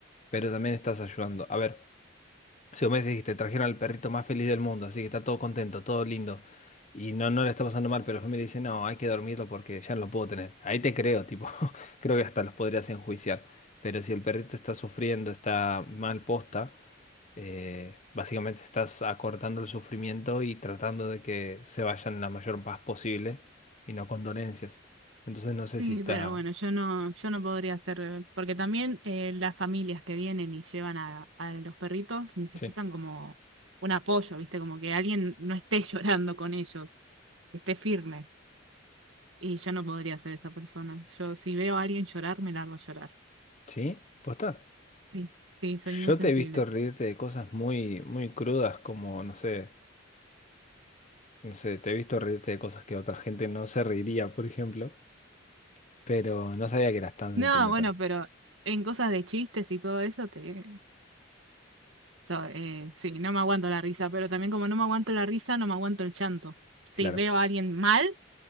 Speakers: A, on the left; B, on the right.
A: pero también estás ayudando. A ver. Si vos me dijiste trajeron al perrito más feliz del mundo, así que está todo contento, todo lindo, y no, no le está pasando mal, pero la familia dice, no, hay que dormirlo porque ya no lo puedo tener. Ahí te creo, tipo, <laughs> creo que hasta los podrías enjuiciar. Pero si el perrito está sufriendo, está mal posta, eh, básicamente estás acortando el sufrimiento y tratando de que se vayan la mayor paz posible y no con dolencias. Entonces no sé
B: Sí,
A: si está...
B: pero bueno, yo no, yo no podría hacer, porque también eh, las familias que vienen y llevan a, a los perritos necesitan
A: Sí.
B: como un apoyo, ¿viste? Como que alguien no esté <laughs> llorando con ellos, que esté firme. Y yo no podría ser esa persona. Yo si veo a alguien llorar, me largo a llorar.
A: ¿Sí? ¿Posta?
B: Sí, sí, soy muy
A: Yo
B: sensible.
A: te he visto reírte de cosas muy, muy crudas como, no sé No sé, te he visto reírte de cosas que otra gente no se reiría, por ejemplo, pero no sabía que eras tan
B: No,
A: sentimental.
B: bueno, pero en cosas de chistes y todo eso, te... so- eh, sí, no me aguanto la risa, pero también como no me aguanto la risa, no me aguanto el llanto. Si
A: Claro.
B: veo a alguien mal.